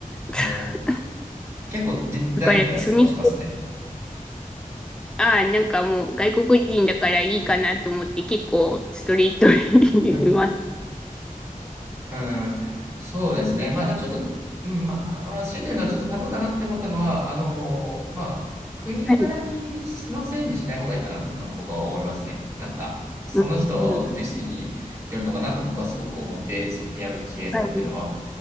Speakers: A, in the centre; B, on the right.
A: <laughs>
B: おー結構じダイレクトな質問しますね。
A: だから、その人、ああ、なんかもう外国人だからいいかなと思って結構ストレートに言います。
B: <laughs> うん、そうですね。まあでもちょっと、うん、まあ、あ強いて言うのはちょっとタブーかなって思ったのは、あの、まあ、国柄にのせいにしない方がいいかなっていうのは僕は思いますね。
A: はい。
B: なんか、その人自身によるのかなって僕はすごく思って、
A: うん、
B: その部屋の綺麗さっていうのは。
A: はい。